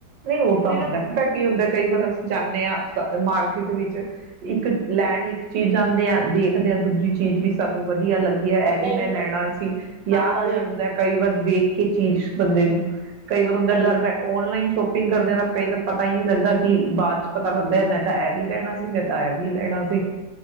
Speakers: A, on the right; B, on the right.
A: ਨਹੀਂ ਉਹ ਤਾਂ
B: ਫਿਰ
A: ਹੁੰਦਾ ਪਤਾ ਕੀ ਹੁੰਦਾ ਕਈ ਵਾਰ ਅਸੀਂ ਜਾਂਨੇ ਆ ਮਾਰ ਖਿਤੇ ਵਿੱਚ ਇੱਕ ਲੈਣ ਇੱਕ ਚੀਜ਼ ਜਾਂਦੇ ਆ ਦੇਖਦੇ ਆ ਦੂਜੀ ਚੀਜ਼ ਵੀ ਸਾਨੂੰ ਵਧੀਆ ਲੱਗ ਵਧੀਆ ਇਹ ਵੀ
B: ਬਿਲਕੁਲ
A: ਮੈਂ ਲੈਣਾ ਸੀ। ਯਾਦ
B: ਹਾਂ
A: ਆ
B: ਬਿਲਕੁਲ
A: ਜਾਂਦਾ ਕਈ ਵਾਰ, ਦੇੇਖ ਕੇ ਚੀਜ਼ ਬੰਦੇ ਨੂੰ, ਕਈ ਵਾਰ ਹੁੰਦਾ
B: ਸਹੀ
A: ਘਰ ਬੈ ਔਨਲਾਈਨ ਸ਼ੋਪਿੰਗ ਕਰਦੇ ਦਾ ਕਈ ਵਾਰ ਪਤਾ ਹੀ ਨੀ ਲੱਗਦਾ ਕਿ ਬਾਅਦ ਚ ਪਤਾ ਲੱਗਦਾ ਮੈਂ ਤਾਂ ਇਹ ਵੀ ਲੈਣਾ ਸੀ ਮੈਂ ਤਾਂ ਇਹ ਵੀ ਲੈਣਾ ਸੀ।